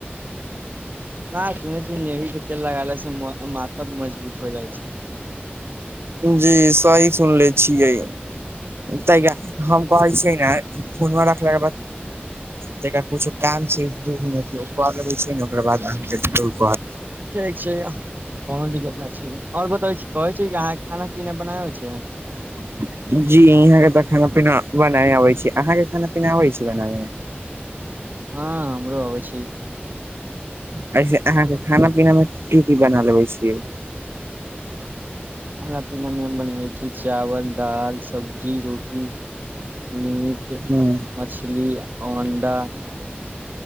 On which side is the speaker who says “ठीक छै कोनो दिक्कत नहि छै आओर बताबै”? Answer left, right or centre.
Right